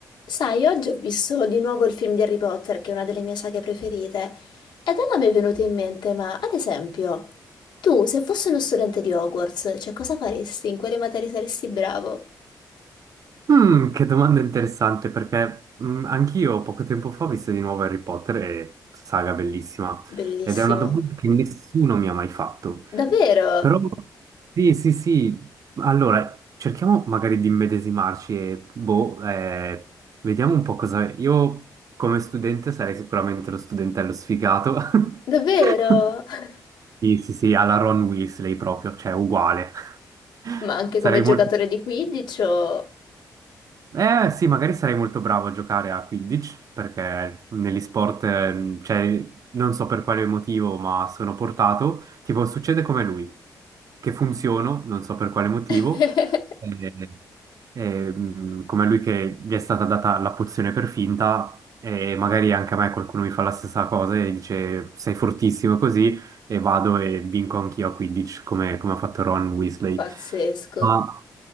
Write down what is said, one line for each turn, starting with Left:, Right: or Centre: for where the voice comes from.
Left: Sai, oggi ho visto di nuovo il film di Harry Potter, che è una delle mie saghe preferite, ed allora mi è venuto in mente, ma ad esempio, tu se fossi uno studente di Hogwarts, cioè cosa faresti? In quale materia saresti bravo?
Right: Mm, che domanda interessante perché mm, anch'io poco tempo fa ho visto di nuovo Harry Potter e saga bellissima
Left: Bellissimo.
Right: ed è una domanda che nessuno mi ha mai fatto.
Left: Davvero?
Right: Però sì, sì, sì, allora cerchiamo magari di immedesimarci e boh, eh, vediamo un po' cosa... Io come studente sarei sicuramente lo studentello sfigato. <laughs>
Left: Davvero? <laughs>
Right: Sì, sì, sì, alla Ron Weasley proprio, cioè uguale. <laughs>
Left: Ma anche
Right: Sarei
Left: come giocatore
Right: molto...
Left: di Quidditch o...
Right: Eh sì, magari sarei molto bravo a giocare a Quidditch, perché negli sport, eh, cioè, non so per quale motivo, ma sono portato. Tipo, succede come lui, che funziono, non so per quale motivo,
Left: <laughs>
Right: eh, eh, mm, come lui che gli è stata data la pozione per finta, e magari anche a me qualcuno mi fa la stessa cosa e dice sei fortissimo così, e vado e vinco anch'io a Quidditch, come, come ha fatto Ron Weasley.
Left: Pazzesco.
Right: Ma...